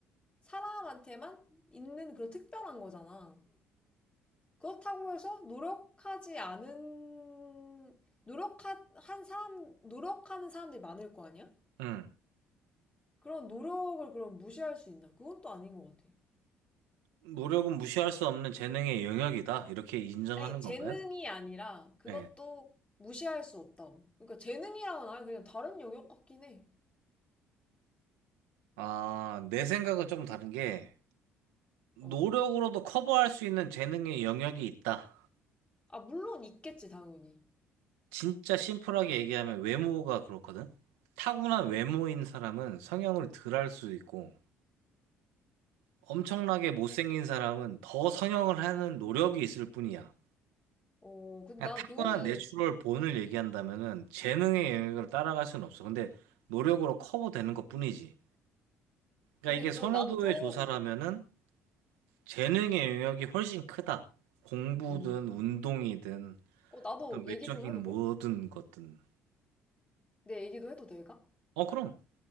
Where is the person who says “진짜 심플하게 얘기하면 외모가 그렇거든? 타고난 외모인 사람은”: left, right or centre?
Right